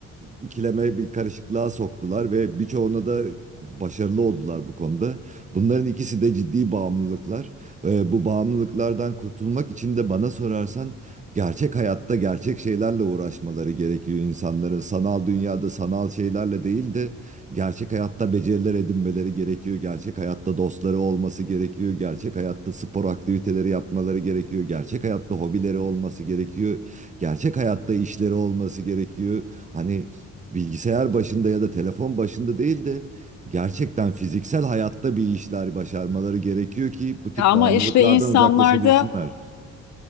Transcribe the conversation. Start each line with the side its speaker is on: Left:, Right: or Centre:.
Right: ikileme, bir karışıklığa soktular ve birçoğuna da başarılı oldular bu konuda. Bunların ikisi de ciddi bağımlılıklar. E, bu bağımlılıklardan kurtulmak için de bana sorarsan gerçek hayatta gerçek şeylerle uğraşmaları gerekiyor insanların. Sanal dünyada sanal şeylerle değil de Gerçek hayatta beceriler edinmeleri gerekiyor. Gerçek hayatta dostları olması gerekiyor. Gerçek hayatta spor aktiviteleri yapmaları gerekiyor. Gerçek hayatta hobileri olması gerekiyor. Gerçek hayatta işleri olması gerekiyor. Hani bilgisayar başında ya da telefon başında değil de gerçekten fiziksel hayatta bir işler başarmaları gerekiyor ki bu tip
Left: Ya Ama
Right: bağımlılıklardan
Left: işte insanlarda
Right: uzaklaşabilsinler.